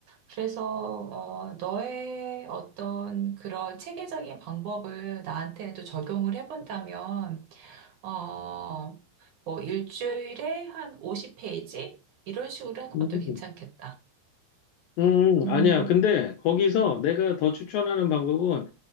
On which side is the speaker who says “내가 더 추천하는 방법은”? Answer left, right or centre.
Left